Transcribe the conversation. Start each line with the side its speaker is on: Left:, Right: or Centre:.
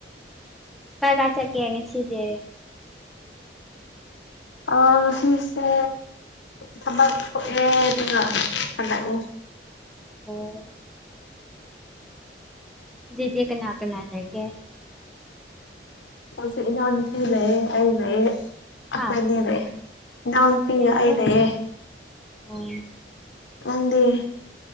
Centre: ꯀꯥꯏ ꯀꯥꯏ ꯆꯠꯀꯦ ꯉꯁꯤꯗꯤ
Left: ꯑꯣ ꯉꯁꯤꯁꯦ ꯊꯕꯛ ꯊꯣꯛꯑꯦ ꯑꯗꯨꯅ ꯍꯜꯂꯛꯑꯦ
Centre: ꯍꯧꯖꯤꯛꯇꯤ ꯍꯧꯖꯤꯛꯇꯤ ꯀꯅꯥ ꯀꯅꯥ ꯂꯩꯒꯦ
Left: ꯍꯧꯖꯤꯛ ꯏꯅꯥꯎꯅꯨꯄꯤ ꯂꯩꯌꯦ ꯑꯩ ꯂꯩꯌꯦ ꯑꯩꯈꯣꯏ
Centre: ꯍꯥ
Left: ꯑꯅꯤ ꯂꯩꯌꯦ ꯏꯅꯥꯎꯅꯨꯄꯤꯒ
Centre: ꯀꯩ ꯍꯥꯏꯕ
Left: ꯑꯩ ꯂꯩꯌꯦ
Centre: ꯑꯣ
Left: ꯅꯪꯗꯤ